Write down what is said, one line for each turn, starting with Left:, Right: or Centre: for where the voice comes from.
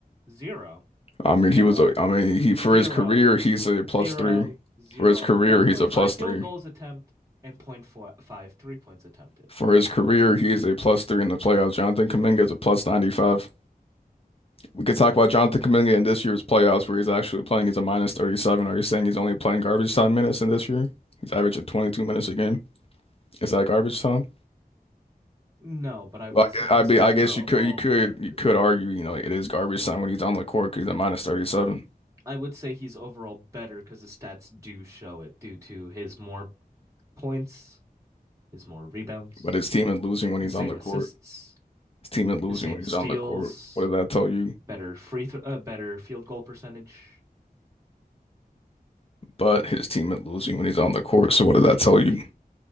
Right: zero,
Left: I
Right: zero,
Left: mean, he was a, I mean, he
Right: zero,
Left: for his career, he's a plus
Right: zero,
Left: three.
Right: zero,
Left: For his career,
Right: one point
Left: he's a plus
Right: five field
Left: three.
Right: goals attempt and zero point 0.5 three points attempted.
Left: For his career, he is a plus three in the playoffs. Jonathan Kuminga is a plus 95. We could talk about Jonathan Kuminga in this year's playoffs, where he's actually playing. He's a minus 37. Are you saying he's only playing garbage time minutes in this year? He's averaging 22 minutes a game. Is that garbage time?
Right: No, but I will
Left: Well,
Right: say
Left: I guess,
Right: his
Left: I be,
Right: stats
Left: I guess
Right: are overall
Left: you could, you could,
Right: better.
Left: you could argue, you know, it is garbage time when he's on the court 'cause he's a minus 37.
Right: I would say he's overall better because the stats do show it due to his more points is more rebounds,
Left: But his team is losing when
Right: the
Left: he's
Right: same
Left: on the
Right: assists,
Left: court. His team is losing
Right: the same
Left: when he's
Right: steals,
Left: on the court. What does that tell you?
Right: better free throw, uh, better field goal percentage.
Left: but his team is losing when he's on the court. So what does
Right: I
Left: that
Right: got
Left: tell you?
Right: you.